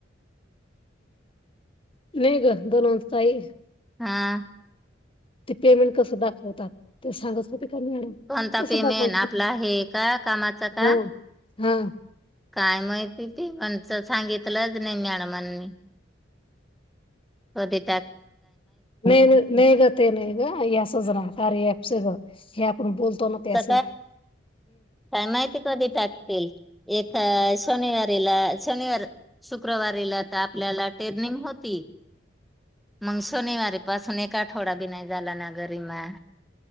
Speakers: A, on the left (about 30°); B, in the centre.
A: नाही ग दोन वं तई
B: हा
A: ते पेमेंट कस दाखवतात ते सांगत होते कन
B: कोणता
A: त
B: पेमेंट
A: सुबा कत
B: आपला हे का कामाचा का
A: हा हा
B: काय माहिती ते पण सांगितलंच नाही मॅडमांनी अ ते
A: नाही नाही ग ते नाही ग सजरा स ऍप ग हे आपण बोलतो ना त्याचे
B: का काय माहिती कधी टाकतील एका शनिवारीला शनिवार शुक्रवारीला तर आपल्याला टेनिंग होती मग शोनिवारी पासून एक आठवडा बि नाही झाला ना गरीमा